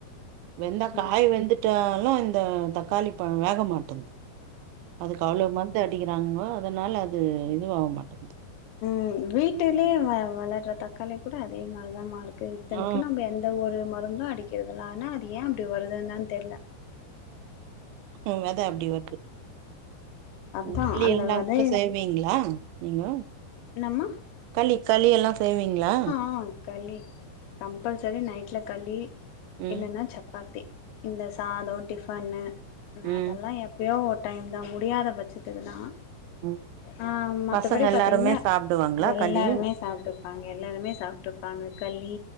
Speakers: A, on the right; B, on the left.
A: வெந்தா காய
B: ம்
A: வெந்து ட்டாலும் இந்த தக்காளி பழோ வேக மாட்டேந்து அதுக்கு அவ்ளோ மரு ந்து அடிக்கிறானுங்கோ அதனால அது இதுவாவ மாட்டேன்து
B: ம் வீட்டுலே வ வளர்ற தக்காளி கூட அதே மாரிதா மா இருக்கு இத்தனைக்கு
A: ஆ
B: நம்ப எந் த ஒரு மருந்து அடிக்கர்தில்ல ஆனா அது ஏ அப்டி வருதுன்னு தா தெர்ல
A: ம் வெத அப்டி வருது
B: அதா
A: உப்ளி
B: அந்த
A: எல்லா
B: வெதைய
A: கூட செய் வீங்களா நீங்க
B: என்னாம்மா
A: களி களி எல்லா செய்வீங்களா
B: ஆ களி கம்பல்சரி நைட்ல களி
A: ம்
B: இல்லன்னா சப் பாத்தி இந்த சாதோ டிஃபன்னு நா
A: ம்
B: அதெல்லா எ ப்பயோ ஒரு டைம் தா முடியாத பட்சத்துல தா
A: ம்
B: ஆ மத்தபடி
A: பசங்க எல்லாருமே
B: பாத்தீங்கன்னா
A: சாப்டுவாங்களா
B: எல்லாருமே
A: களி
B: சாப்ட்டு எல்லாருமே சாப்ட்டுருப்பாங்க கலி